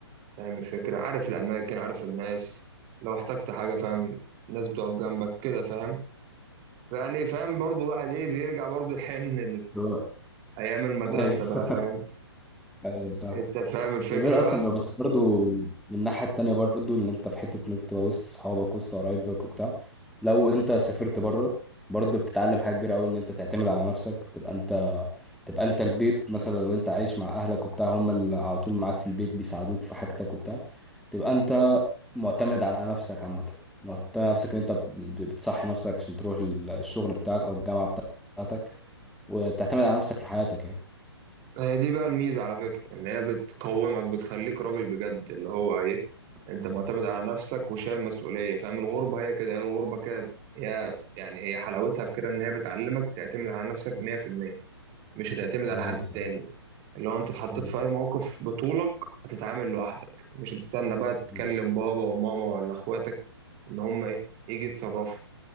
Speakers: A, on the right; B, in the centre.
A: فاهم الفكرة عارف الاماكن عارف الناس لو احتجت حاجة فاهم ناس بتقف جنبك كده فاهم يعني فاهم برضه الواحد ايه بيرجع برضه يحن
B: لو-
A: لأيام المدرسة
B: <laughs>
A: بقى
B: ايوه
A: فاهم
B: ايوه صح
A: انت فاهم الفكرة
B: وغير
A: بقى
B: اصلا ده بس برضو من الناحية التانية برضو ان انت في حتة ان انت تبقى وسط اصحابك وسط قرايبك وبتاع لو انت سافرت بره برضو بتتعلم حاجة كبيرة قوي ان انت تعتمد على نفسك تبقى انت تبقى انت البيت مثلا لو انت عايش مع اهلك وبتاع هم اللي على طول معاك في البيت بيساعدوك في حاجتك وبتاع تبقى انت معتمد على نفسك عامة معتمد على نفسك ان انت ب- بتصحي نفسك عشان تروح ال- الشغل بتاعك او الجامعة بتاعتك وتعتمد على نفسك في حياتك يعني
A: هي دي بقى الميزة على فكرة إن هي بتقومك بتخليك راجل بجد اللي هو إيه أنت
B: يعني.
A: معتمد على نفسك وشايل مسؤولية فاهم الغربة هي كده هي الغربة كده هي يعني هي حلاوتها في كده إن هي بتعلمك تعتمد على نفسك 100% مش هتعتمد على
B: لا
A: حد
B: يا صح
A: تاني اللي هو أنت اتحطيت
B: أيوة.
A: في أي موقف بطولك هتتعامل لوحدك مش هتستنى بقى تكلم
B: مم.
A: بابا وماما ولا إخواتك إن هم إيه يجي يتصرفوا